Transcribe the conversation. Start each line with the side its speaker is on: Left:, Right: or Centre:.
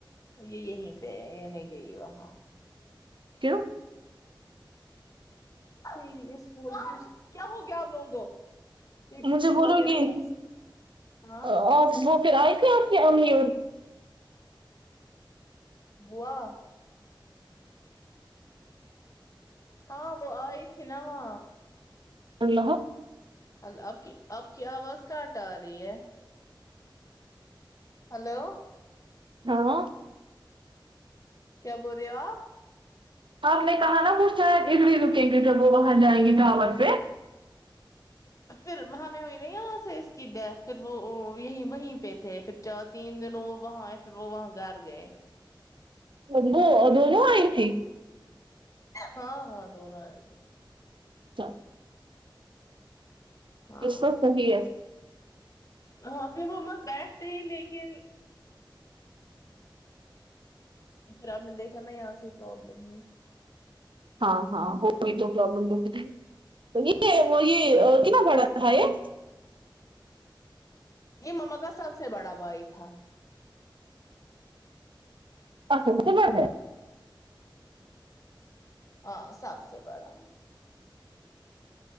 Left: یہ یہیں پہ نہیں گئی وہاں
Right: کیوں؟
Left: ی ہے اسکول کیا ہو گیا آپ لوگوں کو یہ ٹیوشن
Right: مجھے بولو
Left: وغیرہ
Right: گی
Left: یہیں سے ہاں
Right: آ وہ پھر آئے تھے آپ ہممی
Left: بوا ہاں وہ آ تھی ن وہ
Right: ب رہ
Left: ہل آپ کی آپ کی آواز کاٹ آ رہی ہے ہلو
Right: ہاں
Left: کیا بول رہے ہو آپ
Right: آپ نے کہا نا وہ شاید اڈڑ رکیں گے جب وہ وہاں جائیں گی ڈھاور پہ
Left: پھر ہمیں ہوئی نا یہاں سے اس کی ڈیتھ پھر وہ یہیں وہیں پہ تھے پھر چ تین دنوں وہ وہاں آئے پھر وہ وہاں گھر گئے
Right: ابو دونوں آئی تھی
Left: ہاں ہاں دونوں آئے تھے
Right: چل
Left: ہاں
Right: اس وت صحیح ہے
Left: ہاں پھر وہ مت بیٹھتے ہی لیکن پھر آپ نے دیکھا نا یہاں سے پروابلم ہوئی
Right: ہاں ہاں ہو گئی تو پرابلم تو تو یہ
Left: ہاں
Right: یہنا باڑا <inaudible>
Left: یہ مما کا سب سے بڑا بھائی تھا
Right: آ تو تو ب ہے
Left: ہاں سب سے بڑا